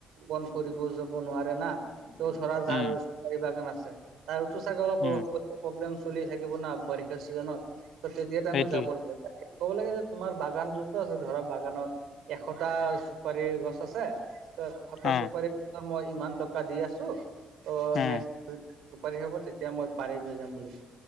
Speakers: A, on the right; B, on the left.
A: পন কৰিব যাব নোৱাৰে না, ত' ধৰা যাৰ
B: উম
A: চুপাৰী বাগান আছে। তাৰটো চাগে অলপ
B: উম
A: প্ৰব্লেম চলি থাকিব ন' বাৰিষা চিজনত। ত' তেতিয়া টাইমত
B: সেইটোৱে
A: যাব লাগে, ক'ব লাগে যে তোমাৰ বাগান যোনটো আছে ধৰা বাগানত। এশটা চুপাৰী গছ আছে। এশটা
B: অ
A: চুপাৰী- ত' মই ইমান টকা দি আছো, ত'
B: উম
A: নেক্স- চুপাৰি হ'ব, তেতিয়া মই পাৰি লৈ যাম বুলি।